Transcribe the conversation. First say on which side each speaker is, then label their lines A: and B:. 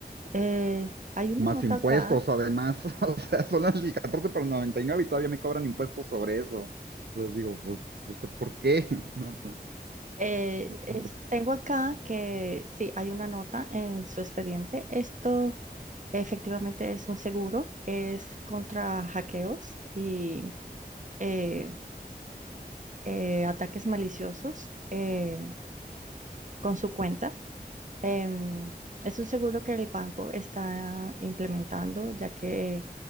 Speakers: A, on the right; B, on the right.
A: Eh, hay una
B: Más
A: nota
B: impuestos,
A: acá.
B: además, <laughs> o sea, son las 14.99 y nueve y todavía me cobran impuestos sobre eso. Entonces digo, pues, pues, ¿por qué? <laughs> No,
A: eh,
B: no,
A: es- tengo acá que sí, hay una nota en su expediente. Esto efectivamente es un seguro, es contra hackeos y eh, eh, ataques maliciosos eh, con su cuenta. Em, es un seguro que el banco está implementando, ya que